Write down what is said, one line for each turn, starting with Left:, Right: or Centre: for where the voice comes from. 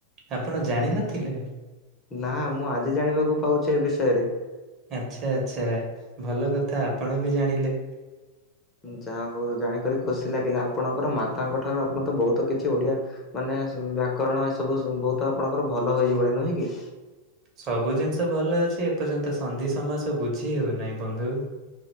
Right: ଆପଣ ଜାଣିନଥିଲେ?
Left: ନା ମୁଁ ଆଜି ଜାଣିବାକୁ ପାଉଛି ଏ ବିଷୟରେ।
Right: ଆଚ୍ଛା ଆଚ୍ଛା ଭଲ କଥା ଆପଣ ବି ଜାଣିଲେ
Left: ଯାହା ହଉ ଜାଣିକରି ଖୁସି ଲାଗିଲା, ଆପଣଙ୍କର ମାତାଙ୍କ ଠାରୁ ଆପଣ ତ ବହୁତ କିଛି ଓଡିଆ ମାନେ ବ୍ୟାକରଣ ଏସବୁ ବହୁତ ଆପଣଙ୍କର ଭଲ ହେଇଯିବନ ନୁହେଁ କି?
Right: ସବୁ ଜିନିଷ ଭଲ ଅଛି, ଏପର୍ଯ୍ୟନ୍ତ ସନ୍ଧି ସମାସ ବୁଝି ହେଉନାହିଁ ବନ୍ଧୁ।